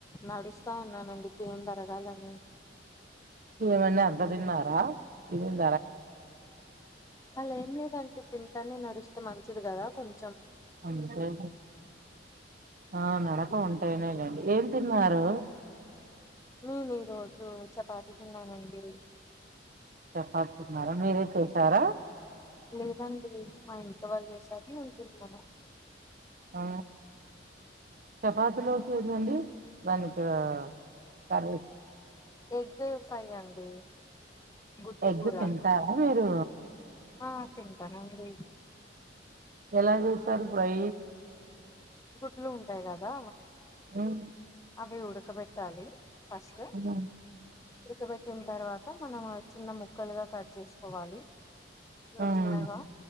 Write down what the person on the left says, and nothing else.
నడుస్తా ఉన్నానండి తినింది ఆరగాలని
అలా ఏం లేదండి. తింటానే నడుస్తే మంచిది గదా కొన్
నేను ఈ రోజు చపాతి తిన్నానండి
లేదండి మా ఇంట్లో వాళ్ళు చేసారు నేను తిన్న
ఎగ్ ఫ్రై అండి గుడ్డు
కురా
ఆ తింటనండి
గుడ్లు ఉంటాయి కదా
అవి ఉడుకబెట్టాలి ఫస్ట్ట్ ఉ
ఉండక పెట్టిన తర్వాత మనం చిన్న ముక్కలుగా కట్ చేసుకోవాలి
చిన్న చిన్నగా